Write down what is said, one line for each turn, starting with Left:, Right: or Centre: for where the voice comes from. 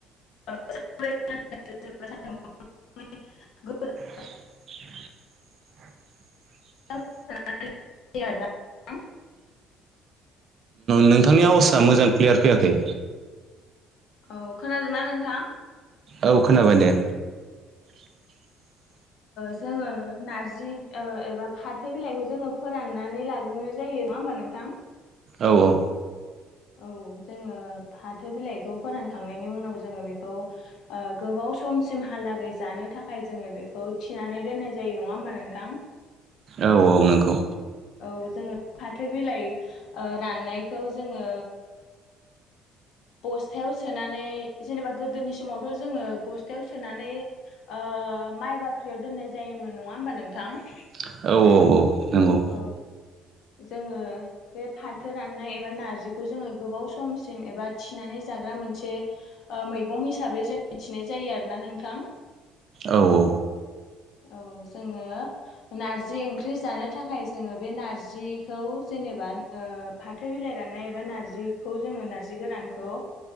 Left: <unintelligible>
Right: <inaudible>
Left: <unintelligible> <unintelligible>
Right: नोंथांनि आव'सआ मोजां क्लियार फैयाखै।
Left: औ खोनादोंना नोंथां?
Right: औ खोनाबाय दे। <inaudible>
Left: जोङो नारजि एबा फाथो बिलाइखौ जोङो फोराननानै लाग्रोनो जायो। नङा होनबा नोथां
Right: औ औ
Left: औ जोङो फाथो बिलाइखौ फोरानखांनायनि उनाव जोङो बेखौ गोबाव समसिमहालागै जानो थाखाय जोङो बेखौ थिनानै दोननाय जायो नङा होमबा नोंथां
Right: औ औ नोंगौ
Left: औ जोङो फाथो बिलाइ राननायखौ जोङो बस्थायाव सोनानै जेनेबा गोदोनि समावथ' जोङो बस्थायाव सोनानै ओ माइ बाख्रियाव दोननाय जायोमोन नङा होमबा नोंथां
Right: औ औ औ। नंगौ
Left: औ। जोङो बे फाथो राननाय एबा नारजिखौ जोङो गोबाव समसिम एबा थिनानै जाग्रा मोनसे मैगं हिसाबै जों मिथिनाय जायो आरोना नोंथां।
Right: औ औ।
Left: औ जोङो नारजि ओंख्रि जानो थाखाय जोङो। बे नारजिखौ जेनेबा फाथो बिलाइ राननाय बा नारजिखौ जोङो नारजि गोरानखौ